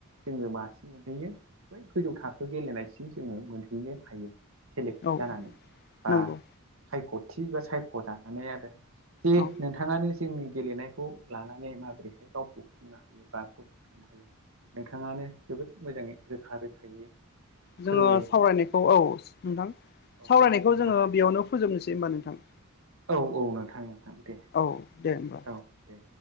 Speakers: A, on the right; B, on the left.
A: जोङो मासि मोनहैयो बै गोजौ थाखो गेलेनायसिम जोङो मोनहैनो हायो। सेलेक्ट
B: औ
A: जानानै बा
B: नंगौ
A: सायख'थि बा सायख' जानानै आरो। <unintelligible>
B: औ
A: बिथाङानो जोंनि गेलेनायखौ लानानै माबोरैहाय गावखौ खुंनो हायो बा फसंथानो हायो। नोंथाङानो जोबोद मोजाङै रोखा रोखायै फोरमायलांखाबाय
B: जोङो सावरायनायखौ औ नोंथां
A: औ
B: सावरायनायखौ
A: नोंथां
B: जोङो बेयावनो फोजोबनोसै होमबा नोंथां?
A: औ औ नोंथां नोंथां दे
B: औ दे होमबा
A: औ दे।